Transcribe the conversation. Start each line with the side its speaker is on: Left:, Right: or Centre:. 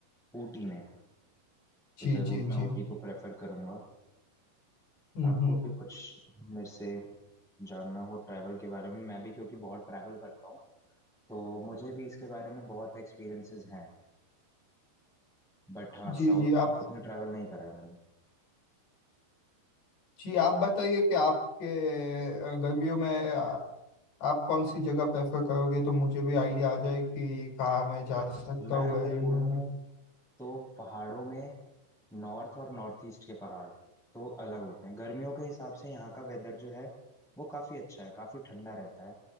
Centre: ऊटी में तो
Left: जी
Centre: जरूर
Left: जी
Centre: मैं
Left: जी
Centre: ऊटी को प्रेफर करूंगा
Left: हम्म
Centre: आपको
Left: हम्म
Centre: भी कुछ मेरे से जानना हो ट्रैवल के बारे में मैं भी क्योंकि बहुत ट्रैवल करता हूँ तो मुझे भी इसके बारे में बहुत एक्सपीरियंसेस हैं बट हाँ
Left: जी
Centre: साउथ
Left: जी
Centre: में
Left: आप
Centre: मैं उतना ट्रैवल नहीं करा है मैंने
Left: जी आप बताइए कि आपके अ, गर्मियों में अ, आप कौन सी जगह प्रेफर करोगे तो मुझे भी आइडिया आ जाए कि कहाँ मैं जा सकता
Centre: मैं
Left: हूँ
Centre: अगर
Left: गर्मियों
Centre: बोलूँ
Left: में
Centre: तो पहाड़ों में नॉर्थ और नॉर्थ ईस्ट के पहाड़ तो अलग होते हैं गर्मियों के हिसाब से यहाँ का वेदर जो है वो काफ़ी अच्छा है काफ़ी ठंडा रहता है